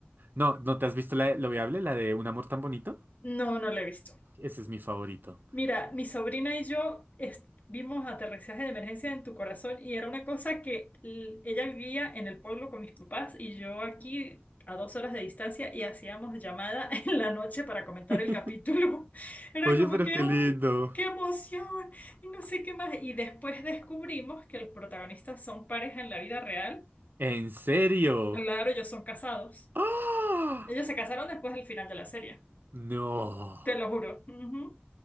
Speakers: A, on the right; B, on the left.
A: No, ¿no te has visto la de Lo Viable, la de Un amor tan bonito?
B: No, no la he visto.
A: Ese es mi favorito.
B: Mira, mi sobrina y yo est- vimos Aterrizaje de Emergencia en tu Corazón y era una cosa que l- ella vivía en el pueblo con mis papás y yo aquí a dos horas de distancia y hacíamos llamada <laughs> en la noche para comentar
A: <laughs>
B: el capítulo. <laughs> Era
A: Oye,
B: como
A: pero
B: que,
A: qué
B: ¡ay,
A: lindo.
B: qué emoción! Y no sé qué más. Y después descubrimos que los protagonistas son pareja en la vida real.
A: ¿En serio?
B: Claro, ellos son casados.
A: ¡Ah!
B: Ellos se casaron después del final de la serie,
A: No.
B: te lo juro. Ujú.